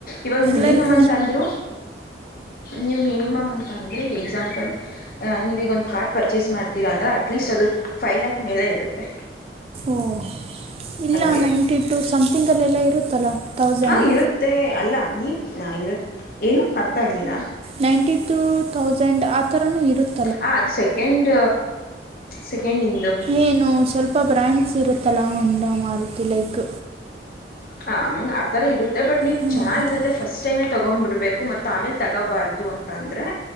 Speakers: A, on the left; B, on the right.
A: ಇವಾಗ ಮಿನಿಮಮ್
B: ಲೈಕ್
A: ಅಂತಂದರು ನೀವು ಮಿನಿಮಮ್ ಅಂತಂದರೆ ಈಗ ಎಕ್ಸಾಂಪಲ್ ನೀವೀಗೊಂದು ಕಾರ್ ಪರ್ಚೇಸ್ ಮಾಡ್ತೀರಾ ಅಂದ್ರೆ ಅಟ್ಲೀಸ್ಟ್ ಅದು ಫೈ ಲ್ಯಾಕ್ ಮೇಲೆ ಇರುತ್ತೆ
B: ಓಹ ಇಲ್ಲ
A: ಹಂಗೆ
B: ನೈಂಟಿ ಟು ಸಮಥಿಂಗಲ್ಲೆಲ್ಲ ಇರುತ್ತಲ್ಲ ತೌಸಂಡ್
A: ಹಾಂ ಇರುತ್ತೆ ಅಲ್ಲ ನೀವು ಇರ ಏನು ಅರ್ಥ ಆಗ್ಲಿಲ್ಲ
B: ನೈಂಟಿ ಟು ತೌಸಂಡ್ ಆ ಥರನೂ ಇರುತ್ತೆ
A: ಹ ಅದು ಸೆಕೆಂಡ್ ಸೆಕೆಂಡ್ ಇ
B: ಏನು ಸ್ವಲ್ಪ ಬ್ರ್ಯಾಂಡ್ಸ್ ಇರುತ್ತಲ್ಲ ಹೋಂಡಾ ಮಾರುತಿ ಲೈಕ್
A: ಹ ಹಂಗ್ ಆತರ ಇರುತ್ತೆ ಬಟ್ ನೀವು
B: ಹ್ಞೂ
A: ಚೆನ್ನಾಗಿರತ್ತೆ ಫಸ್ಟ್ ಟೈಮ್ೇ ತಗೊಂಡ್ ಬಿಡ್ಬೇಕು ಮತ್ತ ಆಮೇಲೆ ತಗೋಬಾರ್ದು ಅಂತ ಅಂದ್ರೆ